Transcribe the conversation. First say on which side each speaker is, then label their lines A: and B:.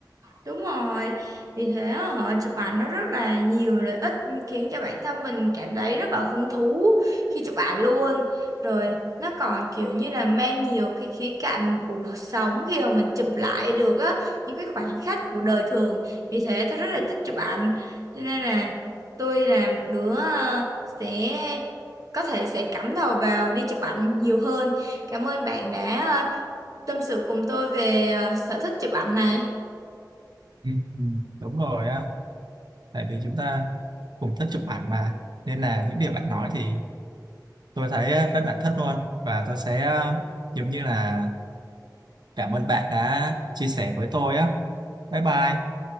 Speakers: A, on the right (about 50°); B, on the right (about 70°).
A: Đúng rồi, vì thế họ chụp ảnh nó rất là nhiều lợi ích khiến cho bản thân mình cảm thấy rất là hứng thú khi chụp ảnh luôn. Rồi nó còn kiểu như là mang nhiều cái khía cạnh của cuộc sống khi mà mình chụp lại được á, những cái khoảnh khắc của đời thường. Vì thế tôi rất là thích chụp ảnh. Cho nên là tôi là một đứa ờ, sẽ có thể sẽ cắm đầu vào đi chụp ảnh nhiều hơn. Cảm ơn bạn đã ờ, tâm sự cùng tôi về ờ, sở thích chụp ảnh này.
B: Ừ, ừ, đúng rồi á tại vì chúng ta cùng thích chụp ảnh mà nên là những điều bạn nói thì tôi thấy ờ, rất là thích luôn và tôi sẽ ờ, giống như là cảm ơn bạn đã chia sẻ với tôi á bye bye